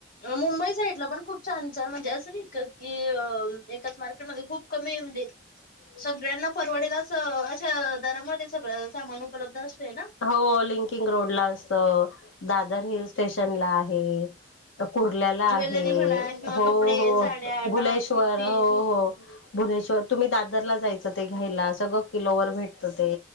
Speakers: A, on the left; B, on the left.
A: मुंबई साईडला पण खूप छान छान म्हणजे, अस नाही का की एकाच मार्केटमध्ये खूप कमी म्हणजे
B: ह <unintelligible> <inaudible>
A: सगळ्यांना <inaudible> परवडेलाच अशा दरामध्ये सगळ सामान उपलब्ध असतेय ना
B: हो लिंकिंग रोड ला असत दादर हिल स्टेशनला आहे कुर्ल्याला
A: ज्वेलरी
B: आहे
A: म्हणा किंवा
B: हो,
A: कपडे,
B: हो
A: साड्या,
B: भुलेश्वर
A: टॉप, कुर्ती
B: हो, हो भुलेश्वर तुम्ही दादरला जायच ते घ्यायला सगळ किलोवर भेटत ते